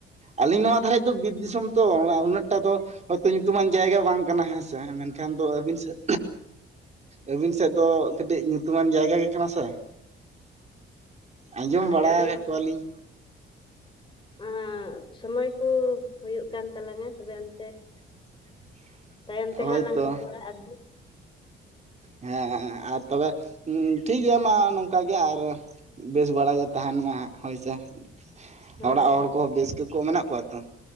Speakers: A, on the right; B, on the left.
A: ᱟᱹᱞᱤᱧ ᱱᱚᱣᱟ ᱫᱷᱟᱨᱮᱡ ᱫᱚ ᱵᱤᱨ ᱫᱤᱥᱚᱢ ᱛᱚ ᱩᱱᱟᱹᱜ ᱴᱟ ᱫᱚ ᱦᱚᱭᱛᱚ ᱧᱩᱛᱩᱢᱟᱱ ᱡᱟᱭᱜᱟ ᱵᱟᱝ ᱠᱟᱱᱟ ᱦᱮᱸᱥᱮ ᱢᱮᱱᱠᱷᱟᱱ ᱫᱚ ᱟᱹᱵᱤᱱ ᱥᱮᱫ ᱟᱹᱵᱤᱱ ᱥᱮᱫ ᱫᱚ ᱠᱟᱹᱴᱤᱡ ᱧᱩᱛᱩᱢᱟᱱ ᱡᱟᱭᱜᱟ ᱜᱮ ᱠᱟᱱᱟ ᱥᱮ ᱟᱸᱡᱚᱢ
B: ᱦᱳᱭ
A: ᱵᱟᱲᱟ
B: ᱟᱫᱚ
A: ᱠᱟᱜ ᱠᱚᱣᱟᱞᱤᱧ
B: ᱚᱸ ᱥᱚᱢᱚᱭ ᱠᱚ ᱦᱩᱭᱩᱜ ᱠᱟᱱ ᱛᱟᱞᱟᱝᱟ ᱛᱚᱵᱮ ᱚᱱᱛᱮ ᱾
A: <inaudible>
B: ᱛᱟᱭᱚᱢ ᱛᱮ
A: ᱦᱳᱭᱛᱚ
B: ᱦᱟᱸᱜ ᱞᱟᱝ ᱨᱚᱯᱚᱲᱟ ᱟᱨᱦᱚᱸ ᱾
A: ᱦᱮᱸ ᱟᱨ ᱛᱚᱵᱮ ᱴᱷᱤᱠ ᱜᱮᱭᱟ ᱢᱟ ᱱᱚᱝᱠᱟ ᱜᱮ ᱟᱨ ᱵᱮᱥ ᱵᱟᱲᱟ ᱜᱮ ᱛᱟᱦᱮᱸᱱ ᱢᱟ ᱦᱟᱸᱜ ᱦᱳᱭ ᱥᱮ ᱾
B: ᱦᱳᱭ
A: ᱚᱲᱟᱜ ᱦᱚᱲ
B: ᱦᱳᱭ
A: ᱠᱚ ᱦᱚᱸ ᱵᱮᱥ ᱜᱮᱠᱚ ᱢᱮᱱᱟᱜ ᱠᱚᱣᱟ ᱛᱚ?